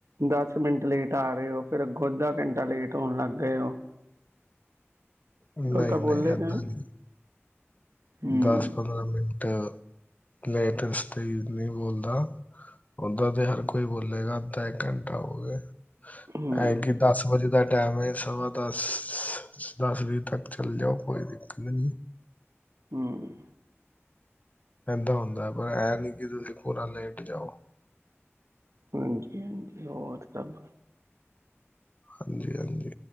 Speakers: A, on the right; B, on the left.
A: ਦਸ ਮਿੰਟ ਲੇਟ ਆ ਰਹੇ ਹੋ ਫਿਰ ਅੱਗੋਂ ਅੱਧਾ ਘੰਟਾ ਲੇਟ ਹੋਣ ਲੱਗ ਗਏ ਹੋ।
B: ਨਹੀਂ
A: ਤਾਂ ਉਹ ਤਾਂ ਬੋਲੇਗਾ
B: ਨਹੀਂ ਏਦਾਂ ਨਹੀਂ।
A: ਹੂੰ
B: ਦਸ ਪੰਦਰਾਂ ਮਿੰਟ ਲੇਟਸ ਤੇ ਨਹੀਂ ਬੋਲਦਾ ਓਦਾਂ ਤੇ ਹਰ ਕੋਈ ਬੋਲੇਗਾ ਅੱਧਾ ਇੱਕ ਘੰਟਾ ਹੋ ਗਿਆ।
A: ਹੂੰ
B: ਐ ਕਿ ਦਸ ਵਜੇ ਦਾ ਟੈਮ ਹੈ ਸਵਾ ਦਸ ਦਸ ਵੀਹ ਤੱਕ। ਚੱਲ ਜਾਓ ਕੋਈ ਦਿੱਕਤ ਨਹੀ ਏ।
A: ਹੂੰ।
B: ਪੈਂਦਾ ਹੁੰਦਾ ਹੈ ਪਰ ਇਹ ਨਹੀਂ ਕਿ ਤੁਸੀਂ ਪੂਰਾ ਲੇਟ ਜਾਓ।
A: ਹਾਂਜੀ ਹਾਂਜੀ ਹੋਰ ਸਭ
B: ਹਾਂਜੀ ਹਾਂਜੀ।